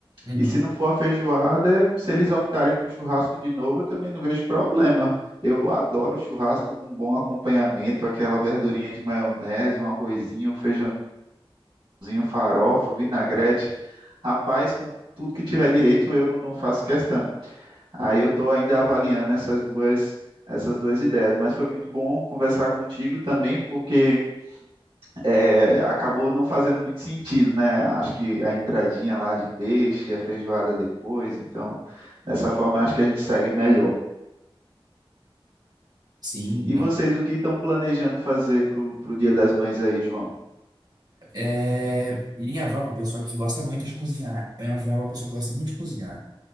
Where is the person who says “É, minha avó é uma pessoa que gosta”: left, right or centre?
Right